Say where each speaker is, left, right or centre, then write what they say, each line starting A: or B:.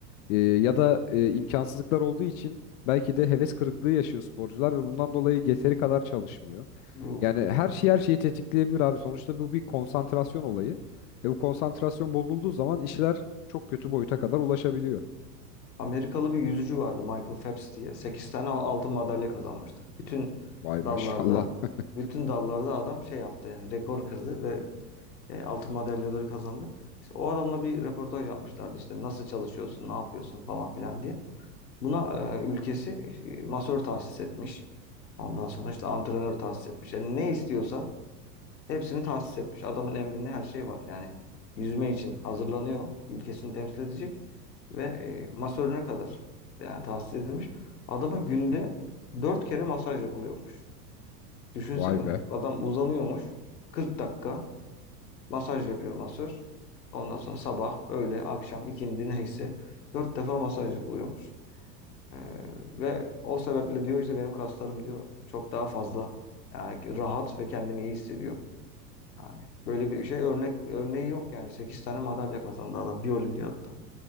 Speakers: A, on the left (about 55°); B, on the left (about 85°).
A: E, ya da e, imkansızlıklar olduğu için belki de heves kırıklığı yaşıyor sporcular ve bundan dolayı yeteri kadar çalışmıyor.
B: Bu
A: Yani her şey
B: evet.
A: her şeyi tetikleyebilir abi. Sonuçta bu bir konsantrasyon olayı. Ve bu konsantrasyon bozulduğu zaman işler çok kötü boyuta kadar ulaşabiliyor.
B: Amerikalı bir yüzücü vardı Michael Phelps diye. 8 tane al- altın madalya kazanmıştı. Bütün
A: Vay maşallah.
B: dallarda,
A: <laughs>
B: bütün dallarda adam şey yaptı yani rekor kırdı ve e, altın madalyaları kazandı. İşte o adamla bir röportaj yapmışlardı işte nasıl çalışıyorsun, ne yapıyorsun falan filan diye. Buna e, ülkesi e, masör tahsis etmiş. Ondan sonra işte antrenör tahsis etmiş. Yani ne istiyorsa Hepsini tahsis etmiş. Adamın emrinde her şey var. Yani yüzme için hazırlanıyor. Ülkesini temsil edecek. Ve e, masörüne kadar yani tahsis edilmiş. Adama günde 4 kere masaj yapılıyormuş. Düşünsene.
A: Vay be.
B: Adam uzanıyormuş. kırk dakika masaj yapıyor masör. Ondan sonra sabah, öğle, akşam, ikindi neyse 4 defa masaj yapılıyormuş. E, ve o sebeple diyor işte benim kaslarım diyor çok daha fazla yani rahat ve kendini iyi hissediyor. Yani böyle bir şey örnek örneği yok yani. sekiz tane madalya kazandı adam bir olimpiyatta.